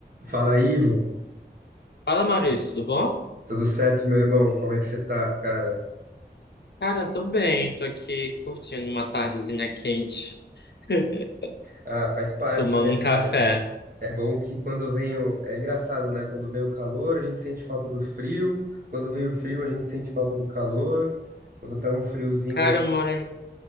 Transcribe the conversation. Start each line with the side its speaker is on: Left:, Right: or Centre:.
Right: Fala, Ivo.
Left: Fala, Maurício, tudo bom?
Right: Tudo certo, meu irmão? Como é que você tá, cara?
Left: Cara, tô bem, tô aqui curtindo uma tardezinha quente, <laughs>
Right: Ah, faz parte,
Left: tomando
Right: né, cara?
Left: um café.
Right: É bom que quando vem o... É engraçado, né? Quando vem o calor, a gente sente falta do frio. Quando vem o frio, a gente sente falta do calor. Quando tá um friozinho
Left: Cara,
Right: assim...
Left: eu moro em,